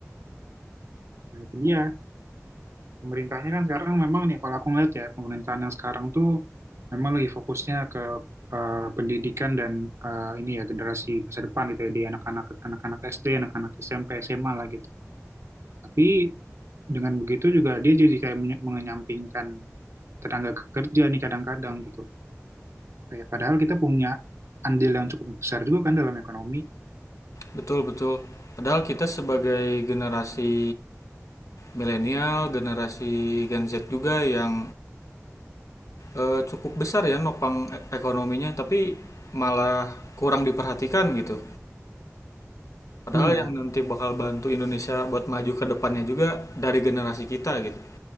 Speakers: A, on the right; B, on the left.
A: nah itu dia pemerintahnya kan sekarang memang nih kalau aku ngeliat ya pemerintahan yang sekarang tuh memang lagi fokusnya ke eh, pendidikan dan eh, ini ya generasi masa depan gitu ya di anak-anak anak-anak SD, anak-anak SMP, SMA lah gitu. Tapi dengan begitu juga dia jadi kayak menye- mengenyampingkan tenaga kerja nih kadang-kadang gitu. Kayak padahal kita punya andil yang cukup besar juga kan dalam ekonomi.
B: betul betul padahal kita sebagai generasi milenial generasi Gen Z juga yang eh, cukup besar ya nopang e- ekonominya tapi malah kurang diperhatikan gitu Padahal
A: Iya,
B: yang nanti bakal bantu Indonesia buat maju ke depannya juga dari generasi kita gitu.